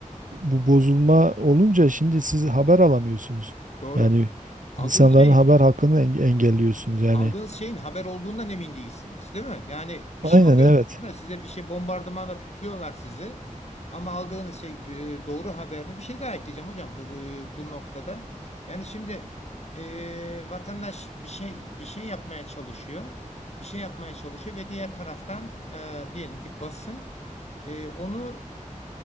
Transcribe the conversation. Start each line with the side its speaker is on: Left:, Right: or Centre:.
Right: bu bozulma olunca şimdi siz haber alamıyorsunuz.
Left: doğru.
Right: Yani
Left: Aldığınız
Right: insanların
Left: şey ya.
Right: haber hakkını eng- engelliyorsunuz. Yani
Left: Aldığınız şeyin haber olduğundan emin değilsiniz, değil mi? Yani bir
Right: aynen
Left: şey alıyorsunuz
Right: evet.
Left: da size bir şey bombardımana tutuyorlar sizi. Ama aldığınız şey e, doğru haber mi? Bir şey daha ekleyeceğim hocam bu, bu bu noktada. Yani şimdi e, vatandaş bir şey bir şey yapmaya çalışıyor. Bir şey yapmaya çalışıyor ve diğer taraftan e, diyelim ki basın e, onu